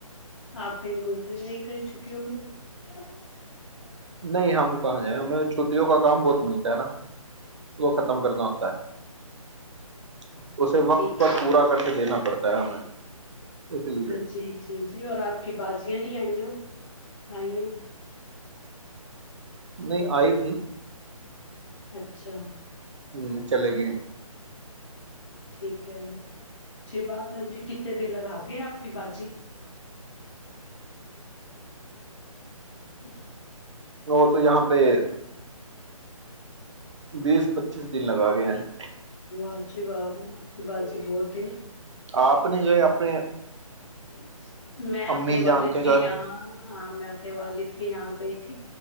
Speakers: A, on the left; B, on the right.
A: آپ کہیں گھومنے نہیں گئی چھٹیوں میں <inaudible>
B: نہیں ہم کہیں <inaudible> ہمیں چھٹیوں کا کام بہت ملتا ہے نا ختم کرنا ہوتا <inaudible> اسے وقت
A: ٹھیک
B: پر پورا کر کے دینا پڑتا <inaudible> تا ہمیں <inaudible> لیے
A: جی جی جی اور آپ کی بازیاں نہیں آئییا <inaudible> آئیے <inaudible>
B: نہیں آئی تھی <inaudible>
A: اچھا <inaudible>
B: ہوں چلے گی <inaudible>
A: ٹھیک ہےچچی بات ہے جی کنے دن لگا کے آپ کی بازی <inaudible> <inaudible>
B: وہ تو یہاں پہ <inaudible> بیس پچیس دن لگا گیا ہیں <inaudible>
A: آچی باب آپ کی باازی بہت <unintelligible>
B: آپ نے جو ہے اپنے <unintelligible>
A: ٹھیک <inaudible> میں اپنے
B: امی جان
A: والد کے
B: گھر
A: یہاں ہ میں <unintelligible> وال <inaudible> یہاں گئی تھی